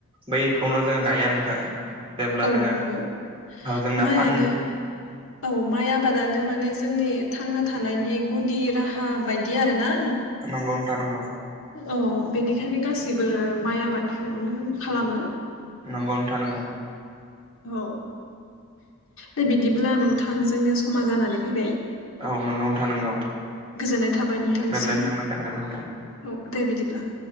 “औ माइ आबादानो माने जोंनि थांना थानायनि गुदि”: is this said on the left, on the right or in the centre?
Left